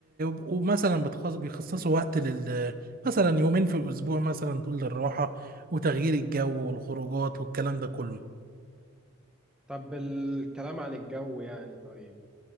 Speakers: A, on the right; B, in the centre.
A: ومثلا بتخص... بيخصصوا وقت لل مثلا يومين في الأسبوع مثلا دول للراحة وتغيير الجو والخروجات والكلام ده كله
B: طب الكلام عن الجو يعني طيب